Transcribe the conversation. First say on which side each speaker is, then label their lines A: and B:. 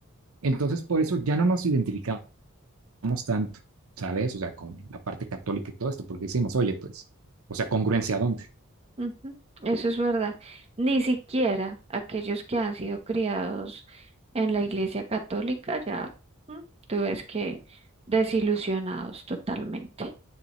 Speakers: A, on the right (about 85°); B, on the right (about 30°).
A: Entonces, por eso ya no nos identificamos tanto, ¿sabes? O sea, con la parte católica y todo esto, porque decimos, oye, pues, o sea, congruencia a dónde.
B: Ujú, eso es verdad. Ni siquiera aquellos que han sido criados en la iglesia católica ya, mm, tú ves que desilusionados totalmente.